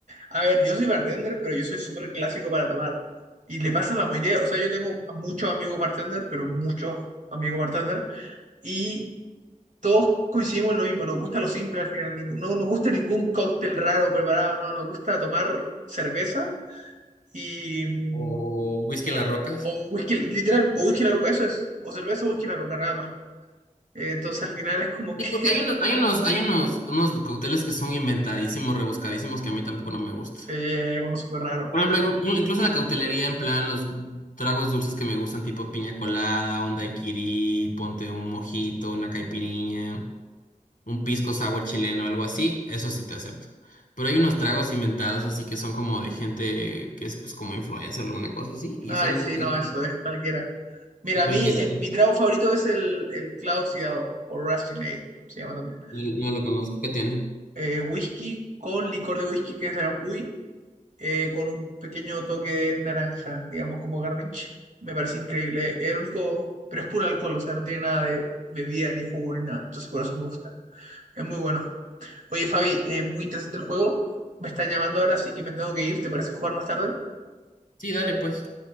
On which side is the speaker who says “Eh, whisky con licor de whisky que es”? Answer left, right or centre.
Right